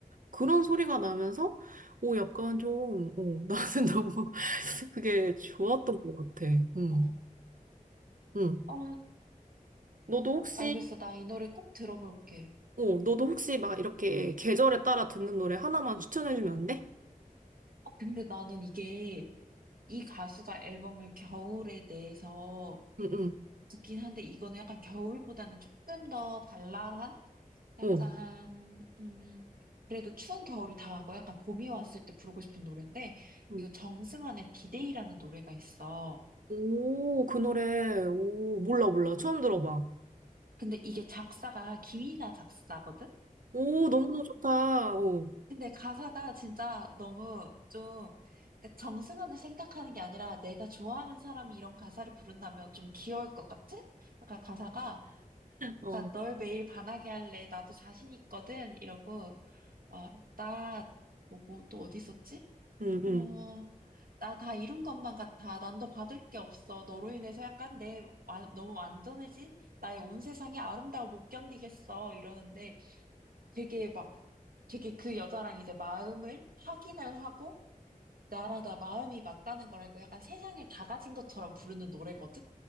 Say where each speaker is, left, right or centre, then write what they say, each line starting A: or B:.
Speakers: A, on the right; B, on the right.
A: 그런 소리가 나면서 오 약간 좀 오, 나는 <laughs> 너무 그게 좋았던 것 같아 음,
B: 어.
A: 응
B: 아,
A: 너도 혹시
B: 알겠어. 나 이 노래 꼭 들어볼게.
A: 어 너도 혹시 막 이렇게 계절에 따라 듣는 노래 하나만 추천해주면 안 돼?
B: 어, 근데 나는 이게 이 가수가 앨범을 겨울에 내서
A: 응응응응
B: 듣긴 한데 이거는 약간 겨울보다는 조금 더 발랄한? 약간,
A: 어
B: 음, 그래도 추운 겨울이 다가고 약간 봄이 왔을 때 부르고 싶은 노래인데,
A: 응.
B: 이거 정승환의 디데이라는 노래가 있어.
A: 오, 그 노래. 오, 몰라, 몰라. 처음 들어봐.
B: 근데 이게 작사가 김이나 작사거든?
A: 오, 너무너무 좋다. 오,
B: 근데 가사가 진짜 너무 좀 그러니까 정승환을 생각하는 게 아니라 내가 좋아하는 사람이 이런 가사를 부른다면 좀 귀여울 것 같은? 약간 가사가
A: 어,
B: 그러니까 널 매일 반하게 할래 나도 자신 있거든 이러고 와나뭐뭐 또 어디 있었지?
A: 응,
B: 어
A: 응.
B: 나 다 이룬 것만 같아 난 더 받을 게 없어 너로 인해서 약간 내 와- 너무 완전해진 나의 온 세상이 아름다워 못 견디겠어 이러는데 되게 막, 되게 그 여자랑 이제 마음을 확인을 하고, 나랑 나 마음이 맞다는 걸 알고 약간 세상을 다 가진 것처럼 부르는 노래거든?